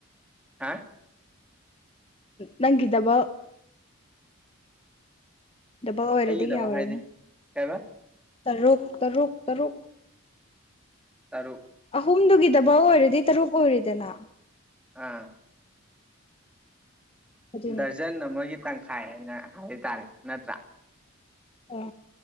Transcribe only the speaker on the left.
ꯅꯪꯒꯗꯕ ꯗꯕꯜ ꯑꯣꯏꯔꯗꯤ
ꯌꯥꯎꯔꯅꯤ
ꯇꯔꯨꯛ ꯇꯔꯨꯛ ꯇꯔꯨꯛ
ꯑꯍꯨꯝꯗꯨꯒꯤꯗꯐꯥꯎ ꯑꯣꯏꯔꯗꯤ ꯇꯔꯨꯛ ꯑꯣꯏꯔꯤꯗꯅ
ꯑꯗꯨꯅꯦ
ꯑ